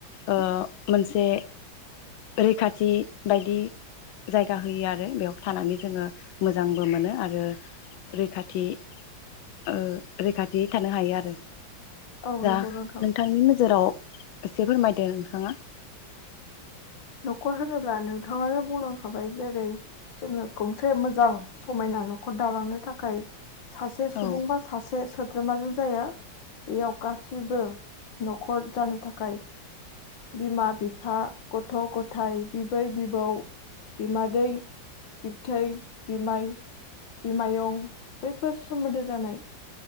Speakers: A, on the left; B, on the left.
A: ओ मोनसे रैखाथि बायदि जायगा होयो आरो बेयाव थानानै जोङो मोजांबो मोनो आरो रैखाथि ओ रैखाथि थानो हायो आरो।
B: औ नंगौ
A: दा
B: नोंथां
A: नोंथांनि नोजोराव एसे फोरमायदो नोंथाङा।
B: न'खर होनोब्ला नोंथाङानो बुंलांखाबाय जेरै जोङो गंसे मोजां समायना न'खर दालांनो थाखाय सासे सुबुं
A: औ
B: बा सासे सोद्रोमाजों जाया। बेयाव गासैबो न'खर जानो थाखाय बिमा बिफा गथ' ग'थाय, बिबै बिबौ, बिमादै बिबथै, बिमाय, बिमायं बैफोर सोमोन्दो जानाय